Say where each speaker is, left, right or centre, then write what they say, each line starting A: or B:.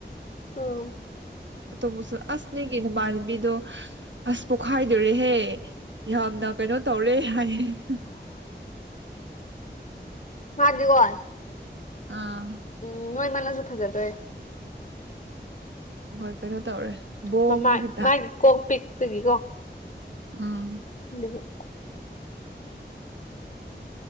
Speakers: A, on the left; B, on the right.
A: ꯑꯣ
B: ꯇꯣꯕꯨꯁꯨ ꯑꯁꯅꯦꯒꯅ ꯃꯥꯅꯤꯕꯤꯗꯨꯣ ꯑꯁ ꯄꯣꯛꯈꯥꯏꯗꯣꯔꯦꯍꯦ ꯌꯥꯝꯅ ꯀꯩꯅꯣ ꯇꯧꯔꯦ ꯍꯥꯏ <unintelligible>
A: ꯃꯗꯤꯀ‌ꯣ
B: ꯑꯥ
A: ꯎꯝ ꯅꯣꯏꯃꯜꯂꯖꯣ ꯐꯖꯗ‌ꯣꯏ ꯅ‌ꯦ
B: ꯍꯣꯏ ꯀꯩꯅꯣ ꯇꯧꯔꯦ ꯕꯣꯝꯒꯤ
A: ꯃꯃꯥꯏ ꯃꯥꯏ ꯀꯣꯡ ꯄꯤꯛꯄꯒꯤꯀꯣ
B: ꯑꯥ
A: <unintelligible>